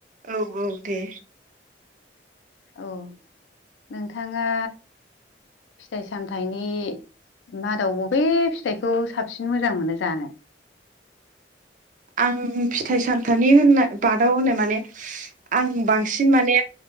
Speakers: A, on the right (about 45°); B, on the left (about 85°).
A: औ औ दे।
B: औ नोंथाङा फिथाइ सामथायनि मादाव बबे फिथाइखौ साबसिन मोजां मोनो जानो
A: आं फिथाइ सामथामनि होननाय बादाव होनो माने आं बांसिन माने